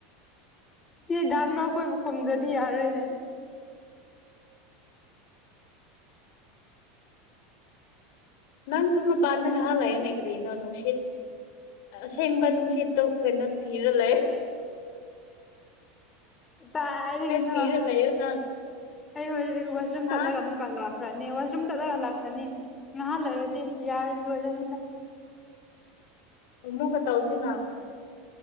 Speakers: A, on the left; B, on the left.
A: ꯁꯤ ꯗꯥꯥꯟꯃ ꯑꯩ ꯀꯣꯏꯕꯨ ꯈꯨꯝꯗ꯭ꯔꯗꯤ ꯌꯥꯔꯣꯏꯅꯦ
B: ꯅꯪ ꯁꯨꯝꯃ ꯄꯥꯅꯉꯍꯥꯟ ꯂꯩꯑꯟꯅ ꯀꯗ ꯏꯟꯅꯣꯅ ꯎ ꯎꯆꯦꯠ ꯑꯁꯦꯡꯕ ꯅꯨꯡꯁꯤꯠꯇ ꯀꯩꯅꯣ ꯊꯤꯔ ꯂꯩ
A: ꯇꯥꯏ ꯑꯩꯗꯤ ꯀꯩꯅꯣ
B: ꯊꯤꯔ ꯂꯩꯌꯣ ꯅꯪ
A: ꯑꯩ ꯍꯖꯤꯛ ꯋꯥꯁꯔꯨꯝ
B: ꯍꯥ
A: ꯆꯠꯂꯒ ꯑꯃꯨꯛ ꯀꯜꯂꯣ ꯈ꯭ꯔꯅꯤ ꯋꯥꯁꯔꯨꯝ ꯆꯠꯂꯒ ꯂꯥꯛꯀꯅꯤ ꯅꯍꯥꯟ ꯂꯩꯔꯗꯤ ꯌꯥꯔ ꯂꯣꯏꯔꯅꯤꯗ
B: ꯃꯨ ꯀ ꯇꯧꯁꯤꯅ